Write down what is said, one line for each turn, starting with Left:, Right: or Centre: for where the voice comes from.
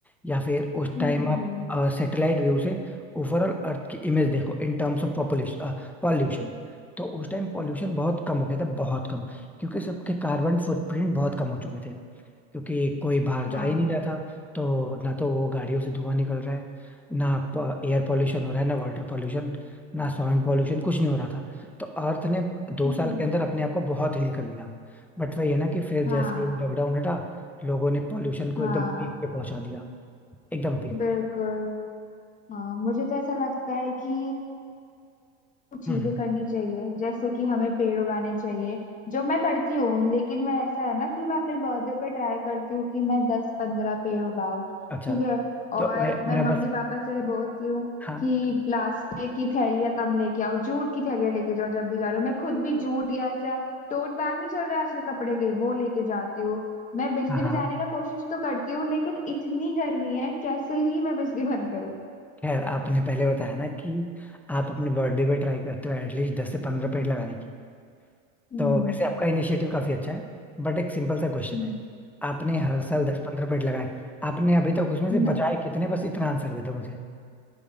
Centre: या फिर उस
Left: हम्म
Centre: टाइम
Left: हम्म
Centre: आप
Left: हम्म,
Centre: सैटेलाइट व्यू से ओवरऑल अर्थ की इमेज देखो in terms of population pollution तो उस टाइम पॉल्यूशन बहुत कम हो गया था बहुत कम क्योंकि सबके कार्बन फुटप्रिंट बहुत कम हो चुके थे क्योंकि कोई बाहर जा
Left: हाँ
Centre: ही नहीं रहा था तो ना तो वो गाड़ियों से धुआं निकल रहा है ना एयर पॉल्यूशन हो रहा है ना वाटर पॉल्यूशन ना साउंड पॉल्यूशन कुछ नहीं हो रहा था तो अर्थ ने दो
Left: हम्म
Centre: साल
Left: हम्म,
Centre: के
Left: हम्म,
Centre: अंदर अपने आप को बहुत हील कर लिया बट वही है ना कि फिर
Left: हाँ
Centre: जैसे ही लॉकडाउन हटा लोगों ने पॉल्यूशन को
Left: हाँ
Centre: एकदम पीक पे पहुंचा दिया एकदम पीक
Left: बिल्कुल
Centre: पे
Left: हाँ मुझे तो ऐसा लगता है कि चीजें
Centre: हम्म
Left: करनी चाहिए जैसे कि हमें पेड़ उगाने चाहिए जो मैं करती हूँ लेकिन मैं ऐसा है ना कि मैं अपने बर्थडे पे ट्राई करती हूँ कि मैं दस पंद्रह पेड़ उगाऊं
Centre: अच्छा
Left: ठीक है
Centre: तो
Left: और
Centre: वे-
Left: मैं
Centre: मेरा
Left: मम्मी
Centre: बस
Left: पापा से बोलती हूँ
Centre: हाँ
Left: कि प्लास्टिक की थैलियाँ कम लेके आओ जूट की थैलियाँ लेके जाओ जब भी जा रहे हो मैं खुद भी जूट या ऐसा टोट बैग नहीं चल रहा है आजकल कपड़े के वो लेके जाती हूँ मैं बिजली
Centre: हाँ हाँ
Left: बचाने का कोशिश तो करती हूँ लेकिन इतनी गर्मी है कैसे ही मैं बिजली बंद करूँ
Centre: खैर आपने पहले बताया ना कि आप अपने बर्थडे पे ट्राई करते हो एटलीस्ट दस से पंद्रह पेड़ लगाने की
Left: हम्म
Centre: तो वैसे आपका इनिशिएटिव काफी अच्छा है बट एक सिंपल सा क्वेश्चन
Left: हम्म
Centre: है आपने हर साल दस पंद्रह पेड़ लगाए आपने अभी तक उसमें
Left: हम्म।
Centre: से बचाए कितने बस इतना आंसर दे दो मुझे